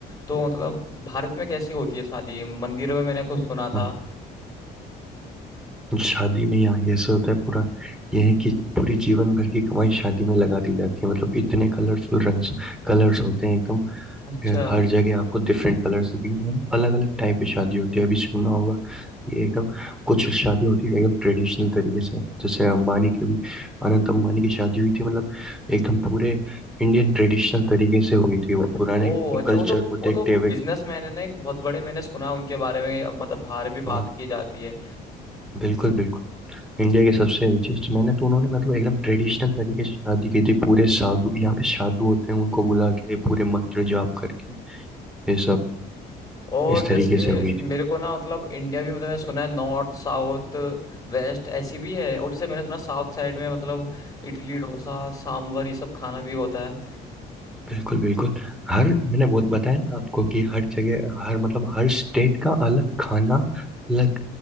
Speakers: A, on the left (about 20°); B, in the centre.
A: तो मतलब भारत में कैसी होती है शादी मंदिरों में मैंने कुछ सुना था
B: हाँ तो शादी में यहाँ ये ऐसे होता है पूरा ये है कि पूरी जीवन भर की कमाई शादी में लगा दी जाती है मतलब इतने कलरफुल रंग्स कलर्स होते हैं एकदम
A: अच्छा
B: ये हर जगह आपको डिफरेंट कलर्स दिखेंगे मतलब अलग अलग टाइप की शादी होती है अभी सुना होगा ये एकदम कुछ शादी होती है एकदम ट्रेडिशनल तरीके से जैसे अंबानी की भी अनंत अंबानी की शादी हुई थी मतलब एकदम पूरे इंडियन ट्रेडिशनल तरीके से हुई थी वो पुराने
A: ओ अच्छा
B: कल्चर
A: वो तो
B: को देखते
A: वो तो बिजनेस
B: हुए
A: मैन है ना एक बहुत बड़े मैंने सुना उनके बारे में अब मतलब बाहर भी
B: हाँ
A: बात की जाती है
B: बिल्कुल बिल्कुल इंडिया के सबसे रिचेस्ट मैंने तो उन्होंने मतलब एकदम ट्रेडिशनल तरीके से शादी की थी पूरे साधु यहाँ पे साधु होते हैं उनको बुला के पूरे मंत्र जाप करके ये सब
A: और
B: इस
A: जैसे
B: तरीके से हुई
A: मेरे को ना मतलब इंडिया भी मतलब मैंने सुना है नॉर्थ साउथ वेस्ट ऐसी भी है और जैसे मैंने सुना साउथ साइड में मतलब इडली डोसा सांभर ये सब खाना भी होता है
B: बिल्कुल बिल्कुल हर मैंने बोल बताया ना आपको कि हर जगह हर मतलब हर स्टेट का अलग खाना अलग